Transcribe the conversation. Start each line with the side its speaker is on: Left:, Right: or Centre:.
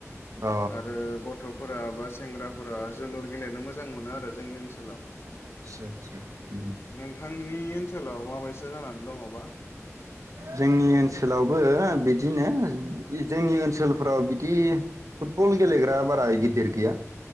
Right: अ
Left: आरो गथफोरा बा सेंग्राफोरा जोलुर गेलेनो मोजां मोनो आरो जोंनि ओनसोल
Right: आतसा सा उम
Left: नोथांनि ओनसोलाव माबायसा जानानै दङबा?
Right: जोंनि ओनसोलावबो बिदिनो जोंनि ओनसोलफोराव फुतबल गेलेग्रा बारा गिदिर गैया